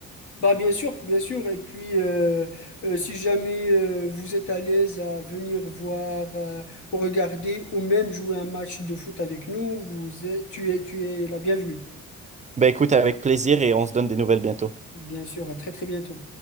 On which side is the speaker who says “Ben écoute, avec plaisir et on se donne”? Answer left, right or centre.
Right